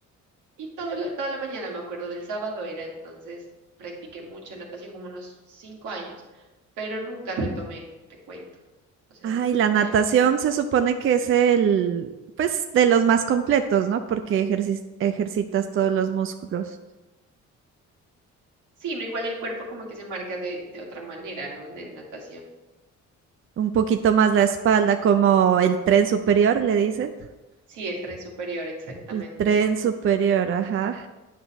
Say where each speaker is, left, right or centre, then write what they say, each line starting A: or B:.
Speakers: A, on the right; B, on the right.
A: Y todo la- toda la mañana, me acuerdo del sábado era, entonces practiqué mucha natación, como unos cinco años, pero nunca retomé, te cuento. O sea,
B: Ay, la natación
A: eh,
B: se supone que es el, pues de los más completos, ¿no? Porque ejercis- ejercitas todos los músculos.
A: sí, no igual el cuerpo como que se marca de, de otra manera, ¿no? De natación.
B: Un poquito más la espalda, como el tren superior, le dicen.
A: Sí, el tren superior, exactamente.
B: El tren superior, ajá.